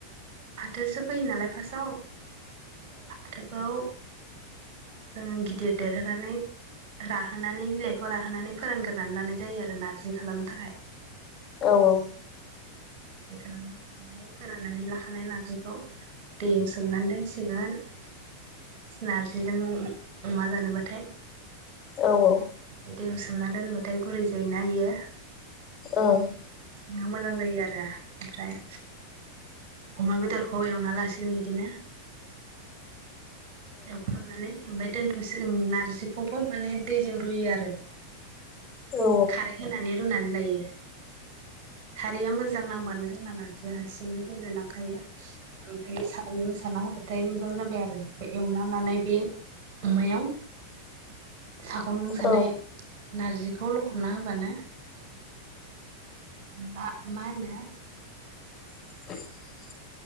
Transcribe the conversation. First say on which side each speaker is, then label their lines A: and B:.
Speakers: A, on the right; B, on the left.
A: फाथोसो फैयो नालाय फार्स्टआव <inaudible> फाथोखौ जों गिदिर देरहोनानै राहोनानै बिलाइखौ राहोनानै फोरानग्रोनानै लानाय जायो आरो नारजि खालामनो थाखाय।
B: औ औ।
A: <unintelligible> खालाम फोराननानै लाखानाय नारजिखौ दैयाव सोमनानै दोनसिगोन नार्जाजों अम अमा जानोबाथाय
B: औ औ।
A: दैयाव सोमना दोनबाथाय गुरै जायैनो इयो
B: औ
A: सोंनायाव मोजां जायो आरो <unintelligible> ओमफ्राय अमा बेदरखौ एवना लासिगोन बिदिनो ऐवफ्रामनानै ओमफ्राय दोनथ'सै नारजिखौबो माने दैजों रुयो आरो
B: औ औ
A: खारै होनानै। रुनानै लायो खारैया मोजां नांबानो जोंना नार्जिया हारसिंनि गेब्ले लांखायो। <unintelligible> सानना होबाथाय मोजां जाबाय आरो ओमफ्राय एवना ललाय बे अमायाव सागंजों सानाय
B: औ
A: नारजिखौ लखबना होबानो मा माहोनो
B: <inaudible>